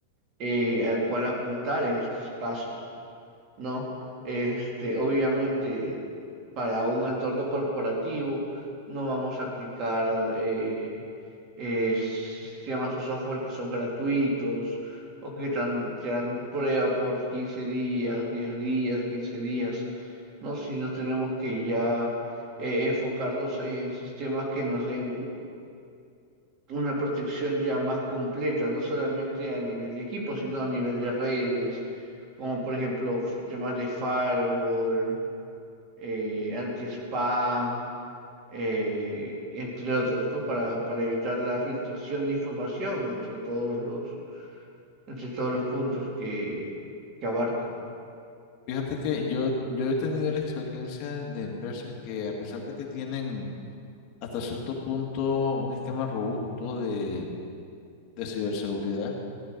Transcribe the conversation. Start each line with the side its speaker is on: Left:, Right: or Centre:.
Right: eh, al cual apuntar en estos casos. ¿no? Este, obviamente, para un entorno corporativo no vamos a aplicar eh, eh, sistemas o software que son gratuitos o que tan- te dan prueba por 15 días, 10 días, 15 días, ¿no? Sino tenemos que ya eh, enfocarnos en sistemas que nos den una protección ya más completa, no solamente a nivel de equipo, sino a nivel de redes, como por ejemplo f- temas de firewall, eh, anti-spam, eh, entre otros, ¿no? Para, para evitar la filtración de información entre todos los, entre todos los puntos que, que abarcan.
Left: Fíjate que yo, yo he tenido la experiencia de empresas que a pesar de que tienen hasta cierto punto un esquema robusto de, de ciberseguridad,